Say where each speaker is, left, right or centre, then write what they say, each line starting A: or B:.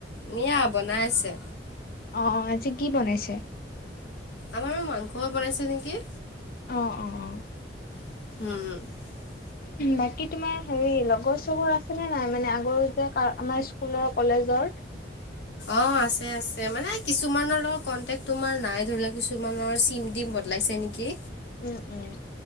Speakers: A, on the left (about 80°); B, on the left (about 55°).
A: <inaudible> বনাই আছে।
B: আহ, আজি কি বনাইছে?
A: আমাৰো মাংস বনাইছে নেকি?
B: অ - অ - অ
A: হম- হম,
B: বাকী, তোমাৰ হেৰি লগৰ - চগৰ আছে নে নাই? মানে আগৰ যে আমাৰ স্কুলৰ কলেজ জৰ
A: অ, ' আছে - আছে। মানে কিছুমানৰ লগত কন্টেক তোমাৰ নাই ধৰি লোৱা কিছুমানৰ চিম - তিম ব বদলাইছে নেকি?
B: উম, উম,